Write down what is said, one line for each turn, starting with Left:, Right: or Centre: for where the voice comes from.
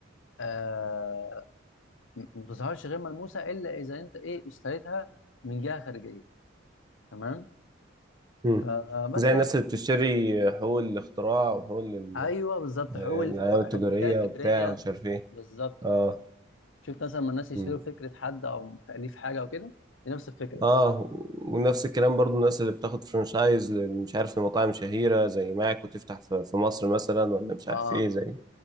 Left: آه، م- ما بتظهرش غير ملموسه الا اذا انت ايه اشتريتها من جهه خارجيه تمام
Right: مم.
Left: فبس
Right: زي الناس
Left: ده بالنسبة-
Right: اللي بتشتري حقوق الاختراع وحقوق ال-
Left: ايوه بالظبط
Right: آه،
Left: حقوق الف-
Right: العلامة
Left: حقوق
Right: التجارية
Left: الملكيه الفكريه
Right: وبتاع ومش عارف ايه
Left: بالظبط
Right: اه
Left: اه شفت مثلا لما الناس يشتروا
Right: مم.
Left: فكره حد او تاليف حاجه او كده دي نفس الفكره
Right: اه ونفس الكلام برضو الناس اللي بتاخد فرانشايز ل- مش عارف لمطاعم شهيرة زي ماك وتفتح في في مصر مثلا ولا مش عارف
Left: اه
Right: ايه زي